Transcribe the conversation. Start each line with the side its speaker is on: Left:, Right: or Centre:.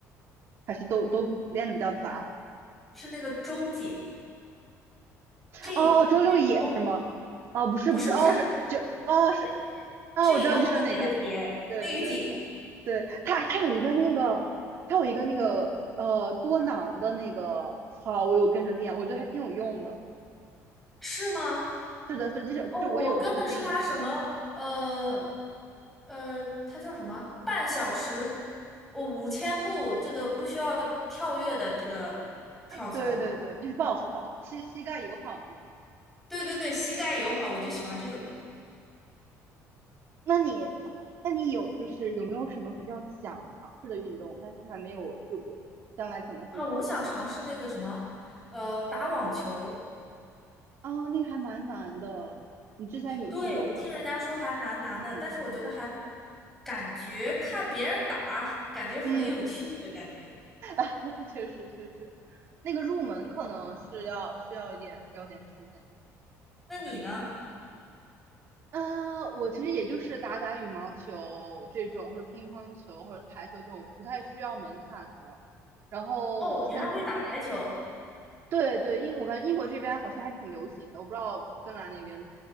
Right: 还是都都练的比较杂？
Centre: 是那个周姐，J
Right: 哦，周六野是吗？
Centre: J O，
Right: 哦，不是不是，
Centre: 不是不是，
Right: 哦是就哦是
Centre: 是那
Right: 哦，
Centre: J
Right: 我知道你说哪个。
Centre: O 那个姐，
Right: 对对。
Centre: 那个姐
Right: 对，它它有一个那个，它有一个那个呃多囊的那个操，我有跟着练，我觉得还挺有用的。
Centre: 是吗？
Right: 是的，是，就是就我有这个病，
Centre: 哦，我跟的是她什么呃
Right: 对，嗯，
Centre: 呃，她叫什么？半小时，我五千步，这个不需要跳跃的这个跳操。
Right: 对对对，就是帮我保膝膝盖友好的那个。
Centre: 对对对，膝盖友好，我就喜欢这种。
Right: 那你，那你有就是有没有什么比较想尝试的运动，但是还没有试过，将来可能会去？
Centre: 啊，我想尝试那个什么，呃，打网球。
Right: 啊，那个还蛮难的，你之前有试过吗？
Centre: 对，我听人家说还蛮难的，
Right: 嗯
Centre: 但是我觉得还感觉看别人打，感觉很有趣的感觉。
Right: 嗯，<laughs> 确实确实，那个入门可能是要需要一点要点时间的。
Centre: 那你呢？
Right: 我感觉，啊，我其实也就是打打羽毛球这种，或者乒乓球或者台球这种不太需要门槛的。然后像
Centre: 哦，你还会打台球？
Right: 对对，英我感觉英国这边好像还挺流行的，我不知道芬兰那边